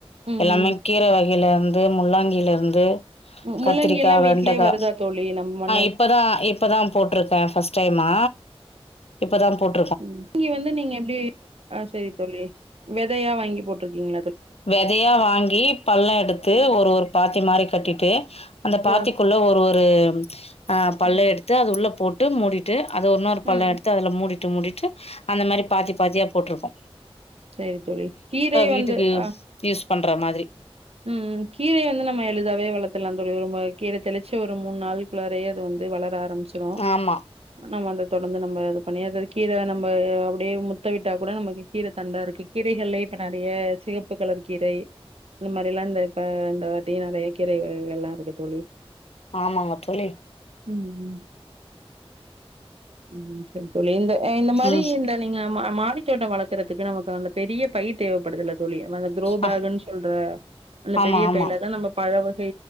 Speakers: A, on the right; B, on the left.
A: ம்,
B: எல்லாமே
A: ம்.
B: கீரை வகையில இந்து முள்ளங்கில இருந்து
A: முள்ளங்கில்லா
B: கத்திரிக்கா
A: வீட்லே
B: வெண்டக்கா
A: வருதா தோழி நம்ம மண்ணே
B: இப்பதா ஆ இப்பதா போட்டிருக்கே பஸ்ட் டைமா இப்பதா போட்
A: இங்கி வந்து நீங்க எப்பிடி ஆ சரித் தோழி வெதயா வாங்கி போட்டிரிக்கீங்க
B: வெதையா வாங்கி பள்ளோ எடுத்து
A: ம்
B: ஒரு ஒரு பாத்தி மாரி கட்டிட்டு அந்த பாத்திக்குள்ள
A: ஓ
B: ஒரு ஒரு ஆ பள்ளோ
A: ம்
B: எடுத்து அது உள்ள போட் ட்டு மூடிட்டு அது இன்னொரு
A: ம்
B: பள்ளோ எடுத்து அதுல மூடி ட்டு முடிட்டு அந்த மாதிரி பாத்தி பாத்தியா போட்டிருக்கோம்
A: செரி தோழி கீரை வந்து
B: வீட்டுக்கு
A: ஹா
B: யூஸ் பண்ற மாதிரி
A: உம் கீரை வந்து நம்ம எளிதாவே வளர்த்தலாம் தோழி ரொம் கீர தெளிச்ச ஒரு மூணு நாள் குள்ளாரே அது வந்து வளர ஆரம்பிச்சிடும்
B: ஆமா
A: நம்ம அந்த தொடர்ந்து நம்ம இது பண்ணி அத கீர நம்ம அப்டியே முத்த விட்டா கூட நமக்கு கீர தண்டா இருக்கு கீரைகளிலயே இப்ப நறைய சிகப்பு கலர் கீரை இந்த மாதிரி எல்லா இந்த அப்ப இந்த வாட்டி நறைய கீரை எல்லா இருக்கு தோழி
B: ஆமாங்க தோழி
A: உம் உம் உம் செரி தோழி இங்க இந்த மாதிரி
B: ம்
A: இந்த நீங்க மாடி தோட்டம் வளர்க்கறதுக்கு நமக்கு அந்த பெரிய பை தேவைப்படுது தோழி க்ரோ பேக்ன்னு
B: ஆ
A: சொல்ற அந்த
B: ஆமா
A: பெரிய
B: ஆமா
A: பையில தா நம்ம பரவு